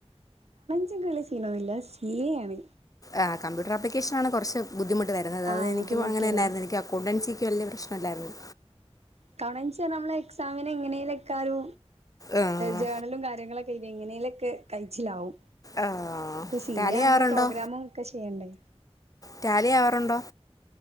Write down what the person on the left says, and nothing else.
ആ കമ്പ്യൂട്ടർ ആപ്ലിക്കേഷൻ ആണ് കൊറച്ച് ബുദ്ധിമുട്ട് വരുന്നത്
അത് എനിക്കും
അങ്ങനെ തന്നായിരുന്നു. എനിക്ക് അക്കൗണ്ടൻസിക്ക് വല്യ പ്രശ്നല്ലായിരുന്നു.
ആഹ്
ആഹ്
ടാലി ആവാറുണ്ടോ
ടാലി ആവാറുണ്ടൊ?